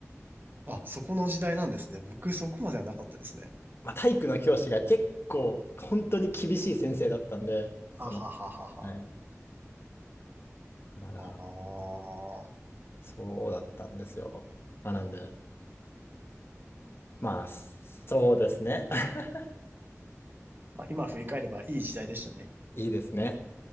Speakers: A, on the right; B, on the left.
A: あ、そこの時代なんですね。僕そこまではなかったですね。
B: まあ、体育の教師が結構本当に厳しい先生だったんで、その、
A: ははははは。
B: ねまだ
A: ああ。
B: そうだったんですよ。まあ、なんで、まあ、そうですね。<laughs>
A: まあ今振り返ればいい時代でしたね。
B: いいですね。